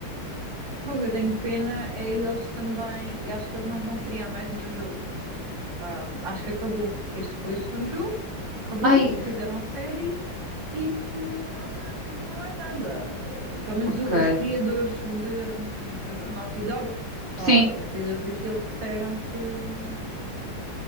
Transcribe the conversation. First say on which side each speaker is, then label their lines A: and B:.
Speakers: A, on the right; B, on the right.
A: fogo, eu tenho pena, é eles também. Eu acho que eles não vão criar mais nenhum jogo. Ah, acho que acabou. Este foi o segundo jogo, acabou,
B: Ai,
A: fizeram a série. Tipo, não há mais, não há mais nada. Eh, Pelo menos
B: ok.
A: o- os criadores de hum, o Naughty Dog, lá,
B: Sim,
A: os criadores daquilo disseram que hum,